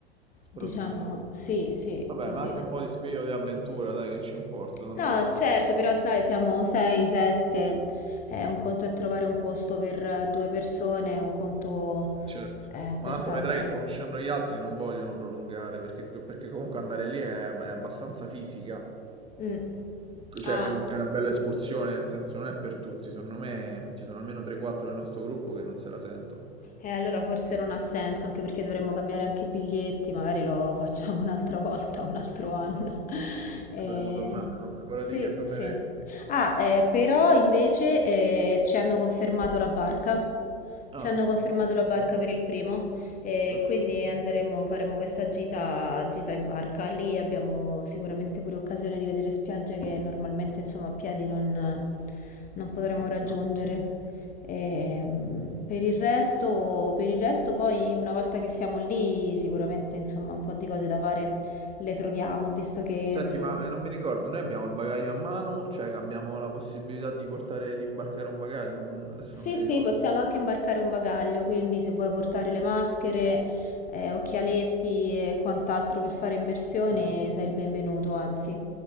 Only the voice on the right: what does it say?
Sprovvisto.
Vabbè,
ma anche un po' di spirito di avventura, dai, che ci importa, tanto.
Certo.
Ma tanto
vedrai che conoscendo gli altri non vogliono prolungare, perché, perché comunque andare lì è, è abbastanza fisica.
Cioè,
è, è una bella escursione, nel senso non è per tutti. Secondo me ci sono almeno 3-4 del nostro gruppo che non se la sentono.
E Dovremmo tornare, vabbè. Vorrei
dire che torneremo.
Ah,
perfetto.
Perfetto.
Ottimo.
Ottimo.
Senti,
ma eh, non mi ricordo, noi abbiamo il bagaglio a mano, cioè che abbiamo la possibilità di portare, di imbarcare un bagaglio, non- adesso
non mi
ricordo.
Eh, No,